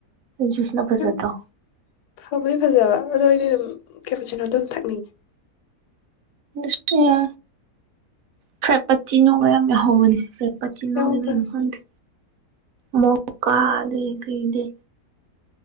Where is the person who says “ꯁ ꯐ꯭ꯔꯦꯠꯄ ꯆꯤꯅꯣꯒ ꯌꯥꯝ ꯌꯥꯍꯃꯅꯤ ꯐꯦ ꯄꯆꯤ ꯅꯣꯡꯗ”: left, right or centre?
Right